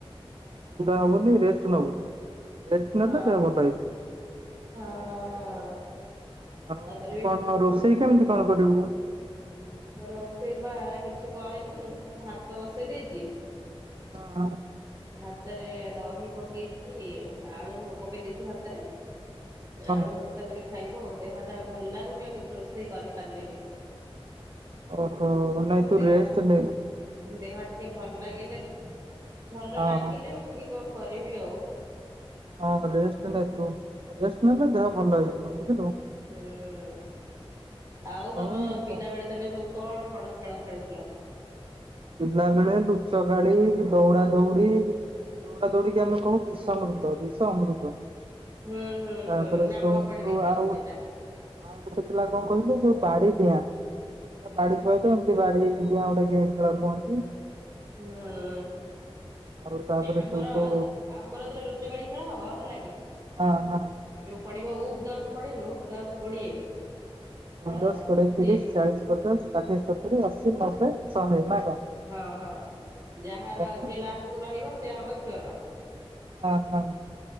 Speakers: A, on the right (about 60°); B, on the right (about 40°).
A: ହବନି ରେ ହେଲୋ <unintelligible>
B: ହଁ। ହଁ
A: ଆଉ
B: ତାପରେ ବି
A: କଣ ରୋଷେଇ କେମିତି କଣ କରିବୁ?
B: ରୋଷେଇ ବା କିଛି କରିନି ଖାଲି ଭାତ ବସେଇ ଦେଇଛି
A: ହଁ!
B: ଭାତରେ ଦହି ପକେଇଛି ଆଳୁ ପକେଇ ଦେଇଛି ଭାତରେ
A: ହଁ
B: ଆଳୁ ଭର୍ତା କରି ଖାଇବୁ ଆଉ ଦେହଟା ଆଉ ଭଲ ଲାଗୁନି ଆଉ କିଛି ରୋଷେଇ କରିପାରିଲିନି
A: ଓହୋ ନାଇଁ ତୁ
B: ଦେହ
A: ରେଷ୍ଟ ନେ
B: ଦେହ ଟିକେ ଭଲ ଲାଗିଲେ ଭଲ
A: ହଁ
B: ଲାଗିଲେ ଉଠିକି କଣ କରିବି ଆଉ
A: ହଁ ରେଷ୍ଟ ନେ ତୁ ରେଷ୍ଟ ନେଲେ ଦେହ ଭଲ ହେଇଯିବ ବୁଝିଲୁ
B: ହୁଁ। ଆଉ
A: ହୋଉ
B: ତମ ପିଲାବେଳେ ତମେ ସବୁ କଣ କଣ ଖେଳ ଖେଳୁଥିଲ?
A: ପିଲା ବେଳେ ଲୁଚକାଳି ଦୌଡା ଦୌଡ଼ି ଦୌଡା ଦୌଡିକି ଆମେ କହୁ ବିଷ ଅମୃତ ବିଷ ଅମୃତ
B: ହୁଁ ହୁଁ
A: ତାପରେ
B: ହୁଁ
A: ସଇଠୁ
B: ଆମ ଏପଟେ ବି ଖେଳନ୍ତି
A: ଆଉ
B: ସେଇଟା
A: ଆଉ ଗୋଟେ ଥିଲା କଣ କହିଲୁ ଯୋଉ ବାଡିଡିଆଁ ବାଡି ଖୁଆ ତ ଏମତି ବାଡି ଡିଆଁ ଗୋଟେ କି ଖେଳ କହନ୍ତି
B: ହଁ
A: ଆଉ ତାପରେ
B: ଆମର
A: ସୋଉଠୁ
B: ଆମର ଯେତେବେଳେ ଲୁଚକଳି ଖେଳ ହବ ହେଲା କି
A: ହଁ ହଁ
B: ଯୋଉ ପଡିବ ଉପ ଦସ ପଡେନି ଉପ ଦସ କୋଡିଏ ହଁ
A: ଦଶ କୋଡିଏ
B: ଯିଏ
A: ତିରିଶ ଚାଳିଶ ପଚାଶ ଷାଠିଏ ସତୁରି ଅଶୀ ନବେ ଶହେ ନା କଣ?
B: ହଁ ହଁ ଯାହାର
A: ତାପରେ
B: ଯିଏ ଲାଷ୍ଟ କୁ ରହିବ ସିଏ ହବ ଚୋର
A: ହଁ ହଁ